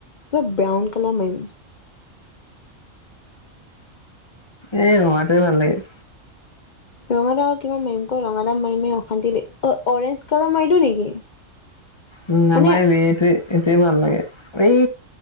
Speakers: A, on the left; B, on the left.
A: এই ব্ৰাউন কালাৰ মাৰিম।
B: এ ৰঙাটোৱে ভাল লাগে।
A: ৰঙা ডাল কিবা মাৰিম ক ৰঙা ডাল মাৰিমে অশান্তি ল অ অৰেঞ্জ কালাৰ মাৰিলো নেকি?
B: উম নামাৰাবি
A: মানে
B: এইটো এইটোয়ে ভাল লাগে, এই